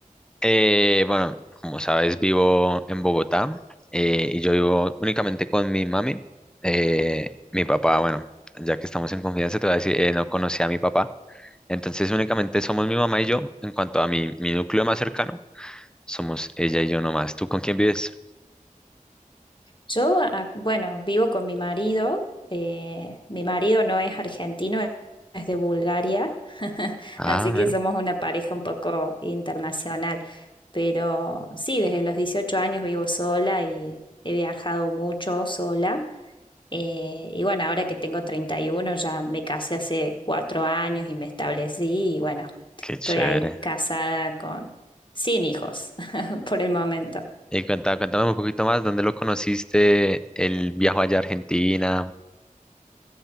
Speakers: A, in the centre; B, on the left (about 35°).
A: Eh, bueno, como sabes, vivo en Bogotá eh, y yo vivo únicamente con mi mami. Eh, mi papá, bueno, ya que estamos en confianza, te voy a decir, eh, no conocí a mi papá. Entonces, únicamente somos mi mamá y yo. En cuanto a mi, mi núcleo más cercano, somos ella y yo nomás. ¿Tú con quién vives?
B: Yo, a- bueno, vivo con mi marido. eh, mi marido no es argentino, e-, es de Bulgaria, <laughs>
A: Ah,
B: así
A: bueno,
B: que somos una pareja un poco internacional. Pero sí, desde los 18 años vivo sola y he viajado mucho sola. eh, y bueno, ahora que tengo 31 ya me casé hace cuatro años y me establecí y bueno,
A: qué chévere.
B: estoy ahí casada con, sin hijos <laughs> por el momento.
A: Y cuenta- cuéntame un poquito más, ¿dónde lo conociste? El viaje allá a Argentina.